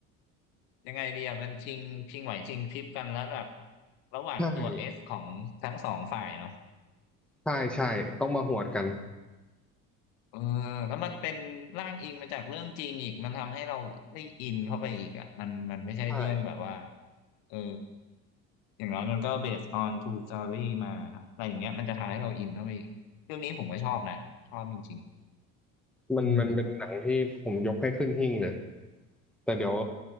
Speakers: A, on the left; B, in the centre.
A: ยังไงดีอะมันชิงชิงไหวชิงพริบกันแล้วแบบระหว่างตัวเอสของทั้งสองฝ่ายเนาะ
B: ใช่ใช่ใช่ต้องมาหวดกัน
A: เออแล้วมันเป็นร่างอิงมาจากเรื่องจริงอีกมันทำให้เราได้อินเข้าไปอีกอ่ะมันมันไม่ใช่เรื่องแบบว่า
B: ใช่
A: เอออย่างน้อยมันก็ based on true story มาอะไรอย่างเงี้ยมันจะทำให้เราอินเข้าไปอีกเรื่องนี้ผมก็ชอบนะชอบจริงๆอืม
B: มันมันเป็นหนังที่ผมยกให้ขึ้นหิ้งเลยแต่เดี๋ยว